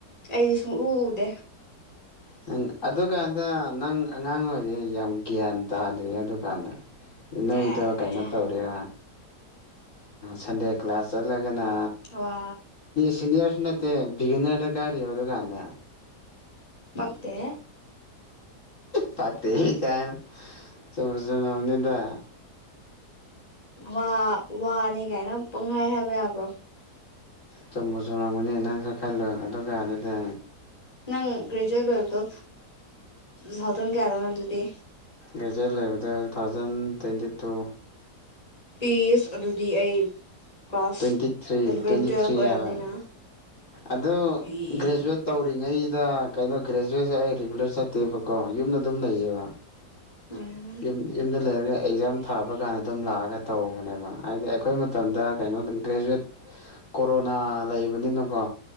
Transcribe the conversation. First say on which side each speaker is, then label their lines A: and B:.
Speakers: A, on the left; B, on the left.
A: ꯑꯩꯗꯤ ꯁꯨꯡꯎ ꯎꯗꯦ
B: ꯅꯪ ꯑꯗꯨꯀꯥꯟꯗ ꯅꯪ ꯑꯉꯥꯡ ꯑꯣꯏꯔꯤ ꯌꯥꯝ ꯒ꯭ꯌꯥꯟ ꯇꯥꯗ꯭ꯔꯤꯦ ꯑꯗꯨꯀꯥꯟꯗ ꯅꯣꯏꯗꯣ
A: ꯑꯦ
B: ꯀꯩꯅꯣ ꯇꯧꯔꯦꯕ ꯁꯟꯗꯦ ꯀ꯭ꯂꯥꯁ ꯆꯠꯂꯒ ꯅꯥ
A: ꯋꯥ
B: ꯁꯤꯅꯤꯌꯔꯁꯨ ꯅꯠꯇꯦ ꯕꯤꯒꯤꯅꯔꯗ ꯒꯥꯔꯤꯕ ꯗꯨꯀꯥꯟꯗ
A: ꯐꯗꯦ
B: ꯐꯇ ꯀꯥꯏꯅ ꯆꯨꯝꯁꯨꯎꯅꯤꯗ
A: ꯋꯥ ꯋꯥꯅꯤ ꯀꯥꯏꯅ ꯄꯪꯍꯥꯏ ꯍꯥꯏꯕ ꯌꯥꯕ꯭ꯔꯣ
B: ꯆꯨꯝꯕ ꯆꯨꯝꯨꯔꯝꯒꯅꯤ ꯅꯪꯁꯨ ꯈꯜꯂꯣ ꯑꯗꯨꯒꯥꯟ ꯑꯗꯨꯗ
A: ꯅꯪ ꯒ꯭ꯔꯦꯖꯨꯋꯦꯠ ꯂꯣꯏꯕꯗꯣ ꯁꯥꯎꯇꯟ ꯀꯌꯥꯗꯅꯣ ꯑꯗꯨꯗꯤ
B: ꯒꯦꯖꯔꯠ ꯂꯩꯕꯗ ꯇꯨ ꯊꯥꯎꯖꯟ ꯇ꯭ꯋꯦꯟꯇꯤ ꯇꯨ
A: ꯏꯁꯤꯁ ꯑꯗꯨꯗꯤ ꯑꯩ class
B: twenty three
A: eleven
B: twenty
A: ꯇꯨꯌꯦꯜꯐ
B: three
A: ꯑꯣꯏꯔꯝꯅꯤꯅ
B: ꯍꯥꯏꯕ ꯑꯗ
A: ꯏ
B: ꯒ꯭ꯔꯦꯖꯨꯋꯦꯠ ꯇꯧꯔꯤꯉꯩ ꯁꯤꯗ ꯀꯩꯅꯣ ꯒ꯭ꯔꯦꯖꯨꯋꯦꯠꯁꯦ ꯑꯩ ꯔꯤꯒꯨꯂꯔ ꯆꯠꯇꯦꯕꯀꯣ ꯌꯨꯝꯗ ꯑꯗꯨꯝ ꯂꯩꯌꯦꯕ
A: ꯎꯝ
B: ꯌ ꯌꯨꯝꯗ ꯂꯩꯔꯒ ꯑꯦꯛꯖꯥꯝ ꯊꯥꯕ ꯀꯥꯟꯗ ꯑꯗꯨꯝ ꯂꯥꯛꯑꯒ ꯇꯧꯕꯅꯦꯕ ꯍꯥꯏꯗꯤ ꯑꯩꯈꯣꯏ ꯃꯇꯝꯗ ꯀꯩꯅꯣꯗ ꯒ꯭ꯔꯦꯖꯨꯋꯦꯠ ꯀꯣꯔꯣꯅꯥ ꯂꯩꯕꯅꯤꯅꯀꯣ